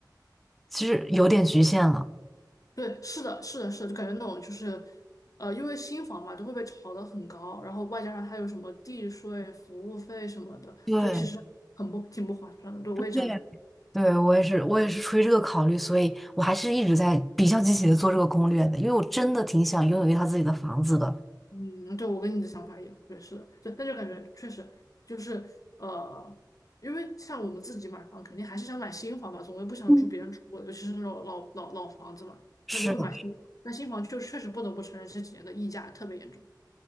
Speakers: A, in the centre; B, on the left.
A: 其实有点局限了。
B: 对，是的，是的，是的，就感觉那种就是，呃，因为新房嘛，都会被炒得很高，然后外加上还有什么地税、服务费什么的，
A: 对，
B: 就其实很不挺不划算的。对，
A: 对，
B: 我也这样觉得。
A: 对，我也是，我也是出于这个考虑，所以我还是一直在比较积极的做这个攻略的，因为我真的挺想拥有一套自己的房子的。
B: 嗯，对，我跟你的想法一样。对，是的，对，但就感觉确实就是呃，因为像我们自己买房，肯定还是想买新房嘛，总归不想住别人住过的，
A: 嗯，
B: 尤其是那种老老老房子嘛，
A: 是的，
B: 那就会买新房但新房就确实不得不承认这几年的溢价特别严重。